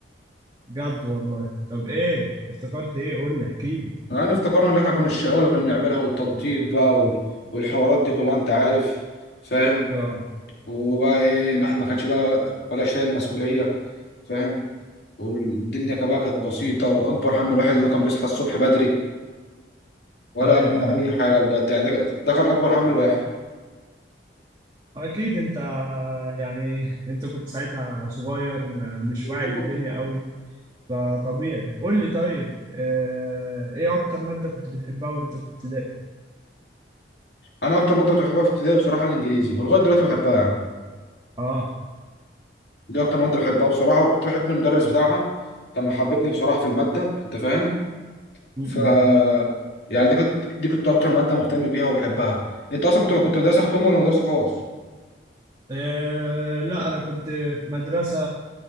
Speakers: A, on the right; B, on the left.
A: بجد والله طب ايه افتكرت ايه قول لي احكي لي
B: يعني افتكرنا اللي احنا كنا الشقاوه اللي كنا بنعملها والتنطيط بقى وال- والحوارات دي كلها انت عارف فاهم
A: اه
B: وبقى ايه الواحد ما كانش بقى ولا شايل مسؤوليه فاهم والدنيا كمان كانت بسيطه واكبر هم الواحد انه كان بيصحى الصبح بدري ولا
A: ايوه ايوه
B: اي حاجه بجد يعني ده ده كان اكبر هم الواحد
A: اكيد انت يعني انت كنت ساعتها صغير مش
B: بالظبط
A: واعي للدنيا قوي فطبيعي قول لي طيب آه، ايه اكتر مادة كنت بتحبها وانت في ابتدائي
B: انا اكتر ماده كنت بحبها في ابتدائي بصراحه الانجليزي ولغايه دلوقتي بحبها يعني
A: اه
B: دي اكتر ماده بحبها بصراحه وكنت بحب المدرس بتاعها كان محببني بصراحه في الماده انت فاهم
A: م-م.
B: ف يعني دي كنت دي كنت اكتر ماده مهتم بيها وبحبها انت اصلا كنت كنت مدرسه حكومه ولا مدرسه خاص
A: آه، لا انا كنت في مدرسة